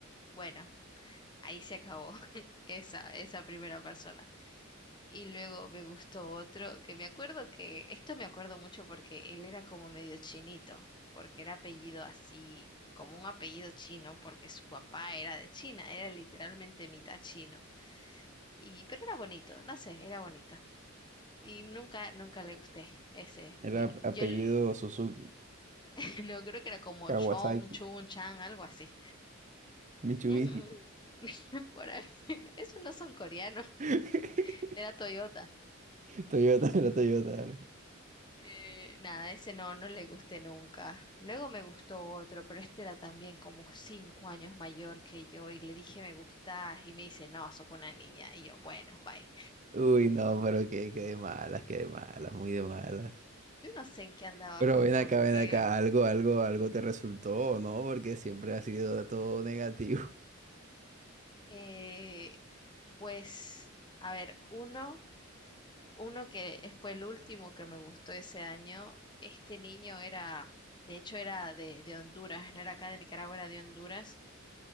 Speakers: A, on the left; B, on the right.
A: bueno, ahí se acabó <laughs> esa, esa primera persona. Y luego me gustó otro, que me acuerdo que, esto me acuerdo mucho porque él era como medio chinito, porque era apellido así, como un apellido chino, porque su papá era de China, era literalmente mitad chino. Y, pero era bonito, no sé, era bonito. Y nunca, nunca le gusté ese.
B: Era
A: l- Yo
B: apellido
A: l-
B: Suzuki,
A: <laughs> no creo que era como
B: Kawasaki,
A: Chong, Chun, Chang, algo así.
B: Mitsubishi.
A: Mm, <laughs> por ahí. <laughs> Esos no son coreanos,
B: <laughs>
A: <laughs> era Toyota.
B: Toyota, era Toyota. era.
A: Eh, nada, ese no, no le gusté nunca. Luego me gustó otro, pero este era también como cinco años mayor que yo y le dije me gustás y me dice, no, sos una niña. Y yo, bueno, bye.
B: Uy, no, pero qué, qué de malas, qué de malas, muy de malas.
A: Yo no sé en qué andaba
B: Pero
A: con,
B: ven
A: con
B: acá, ven
A: qué.
B: acá, algo, algo, algo te resultó, ¿o ¿no? Porque siempre ha sido todo negativo. <laughs>
A: Eh, Pues, a ver, uno, uno que fue el último que me gustó ese año, este niño era, de hecho era de, de Honduras, no era acá de Nicaragua, era de Honduras,